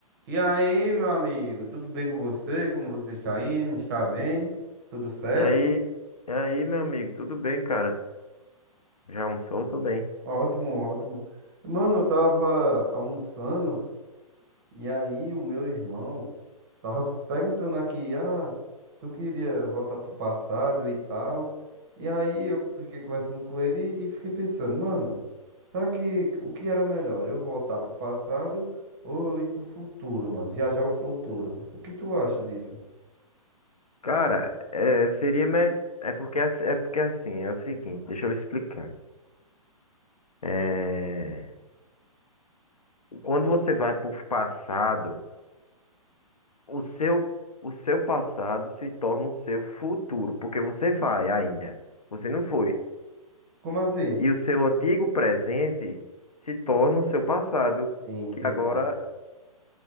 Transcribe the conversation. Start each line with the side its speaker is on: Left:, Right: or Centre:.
Right: E aí, meu amigo, tudo bem com você? Como você está indo? Está bem? Tudo certo?
Left: E aí, e aí, meu amigo, tudo bem, cara? Já almoçou? Tô bem.
Right: Ótimo, ótimo. Mano, eu tava almoçando e aí o meu irmão tava perguntando aqui, ah, tu queria voltar pro passado e tal. E aí eu fiquei conversando com ele e fiquei pensando, mano, será que o que era melhor? Eu voltar pro passado ou ir pro futuro, mano? Viajar ao futuro. O que tu acha disso?
Left: Cara, é, seria melhor. É porque, ass- é porque assim, é o seguinte, deixa eu lhe explicar. É, Quando você vai pro passado, o seu, o seu passado se torna o seu futuro, porque você vai ainda. Você não foi.
Right: Como assim?
Left: E o seu antigo presente se torna o seu passado,
Right: Sim, entendi.
Left: que agora,